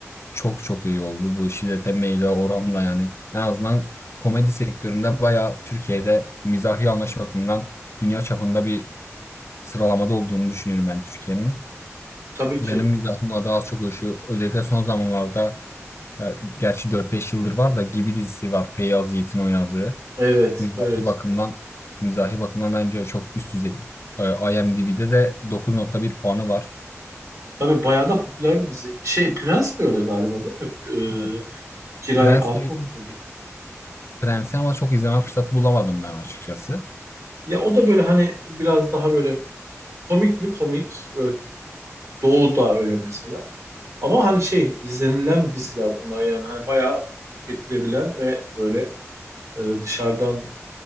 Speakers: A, on the left; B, on the right.
A: çok çok iyi oldu. Bu şiddete meyle oranla yani en azından komedi sektöründe bayağı Türkiye'de mizahi anlayış bakımından dünya çapında bir sıralamada olduğunu düşünüyorum ben Türkiye'nin.
B: tabii ki.
A: Benim mizahıma daha az çok uyuşuyor. Özellikle son zamanlarda ya, gerçi dört beş yıldır var da Gibi dizisi var. Feyyaz Yiğit'in oynadığı.
B: Evet,
A: Mizahi
B: evet.
A: bakımdan mizahi bakımdan bence çok üst düzey. Ee, IMDb'de de 9.1 puanı var.
B: Tabii bayağı da popüler bir dizi. Şey Prens de öyle galiba değil mi?
A: Ee,
B: E, Giray
A: Prens
B: Altınok
A: de-
B: muydu?
A: Prens'i ama çok izleme fırsatı bulamadım ben açıkçası.
B: Ya o da böyle hani biraz daha böyle Komik mi? Komik. Böyle Doğu da öyle mesela. Ama hani şey izlenilen diziler bunlar yani. Hani bayağı tüketilebilen ve böyle e, dışarıdan